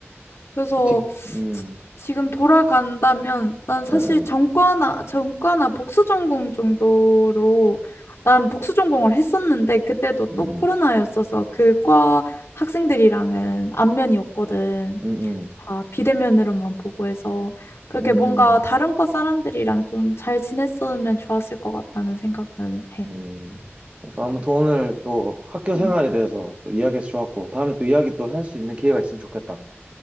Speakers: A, on the left (about 70°); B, on the right (about 30°).
A: 그래서
B: 그치, 음,
A: 지- 지금 돌아간다면 난 사실
B: 응, 응,
A: 전과나, 전과나 복수 전공 정도로 난 복수 전공을 했었는데 그때도
B: 음,
A: 또 코로나였어서 그과 학생들이랑은 안면이었거든.
B: 음,
A: 다 비대면으로만 보고 해서 그게
B: 음, 음.
A: 뭔가 다른 과 사람들이랑 좀 잘 지냈으면 좋았을 것 같다는 생각은 해.
B: 음. 그래서 아무튼 오늘 또 학교 생활에
A: 음.
B: 대해서 또 이야기해서 좋았고, 다음에 또 이야기 또 할 수 있는 기회가 있으면 좋겠다.